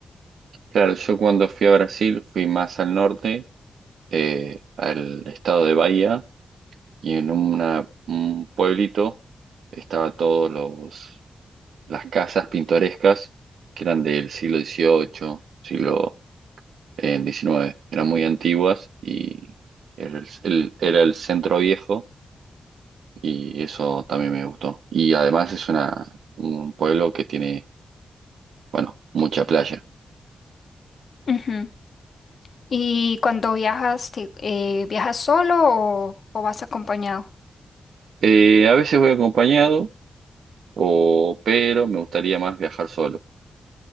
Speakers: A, on the right (about 75°); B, on the left (about 65°).
A: Claro, yo cuando fui a Brasil fui más al norte, eh, al estado de Bahía, y en una- un pueblito estaba todos los las casas pintorescas que eran del siglo XVIII, siglo eh, XIX, eran muy antiguas y era el, el- era el centro viejo y eso también me gustó. Y además es una, un pueblo que tiene, bueno, mucha playa.
B: Ujú. ¿Y cuando viajas, te- eh, viajas solo o, o vas acompañado?
A: Eh, a veces voy acompañado. O, pero me gustaría más viajar solo.